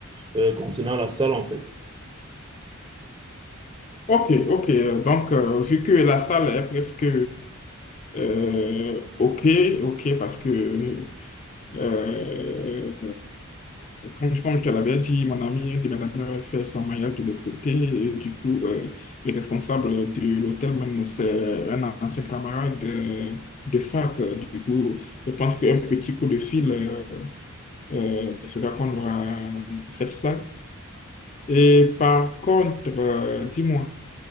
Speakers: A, on the right; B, on the left.
A: euh, concernant la salle en fait.
B: Ok, ok. Donc, euh, vu que la salle est presque Euh, ok, ok, parce que, euh, comme, je- comme je te l'avais dit, mon ami, un de mes amis avait fait son mariage de l'autre côté. Et du coup, euh, le responsable de l'hôtel, même, c'est un ancien camarade de, de fac. Du coup, je pense qu'un petit coup de fil euh, euh, fera qu'on aura cette salle. Et par contre, euh, dis-moi.